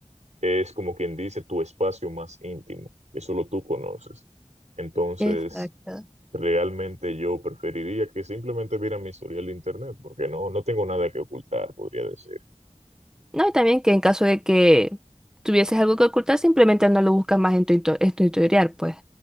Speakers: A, on the right; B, in the centre.
A: es como quien dice tu espacio más íntimo, que solo tú conoces. Entonces,
B: exacto.
A: realmente yo preferiría que simplemente vieran mi historial de internet, porque no, no tengo nada que ocultar, podría decir.
B: No, y también que en caso de que tuvieses algo que ocultar, simplemente no lo buscas más en tu, hito- en tu historial, pues.